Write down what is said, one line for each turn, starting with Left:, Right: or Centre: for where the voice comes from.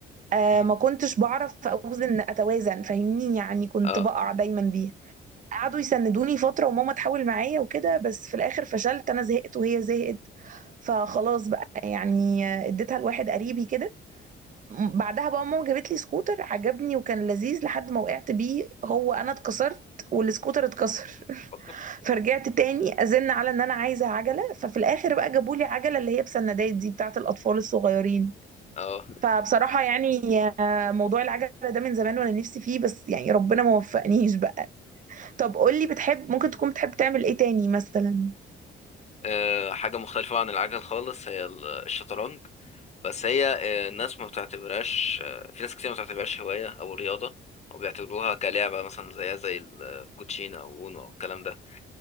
Right: آه
Left: أمم،
Right: ما كنتش بعرف اوزن اتوازن فاهمني يعني كنت
Left: اه
Right: بقع دايما بيها قعدوا يسندوني فترة وماما تحاول معايا وكده بس في الاخر فشلت انا زهقت وهي زهقت فخلاص بقى يعني آه، اديتها لواحد قريبي كده م- بعدها بقى ماما جابت لي سكوتر عجبني وكان لذيذ لحد ما وقعت بيه هو انا اتكسرت والسكوتر اتكسر
Left: برضه
Right: <laughs> فرجعت تاني ازن على ان انا عايزه عجله ففي الاخر بقى جابوا لي عجله اللي هي بسندات دي بتاعه الاطفال الصغيرين
Left: اه
Right: فبصراحة يعني آه، موضوع العجلة ده من زمان وانا نفسي فيه بس يعني ربنا ما وفقنيش بقى طب قولي بتحب ممكن تكون بتحب تعمل ايه تاني مثلا
Left: آه، حاجه مختلفه عن العجل خالص هي ال- الشطرنج بس هي آه، الناس ما بتعتبرهاش آه، في ناس كتير ما بتعتبرهاش هواية أو رياضة أو بيعتبروها كلعبة مثلا زيها زي الكوتشينة أو أونو أو الكلام ده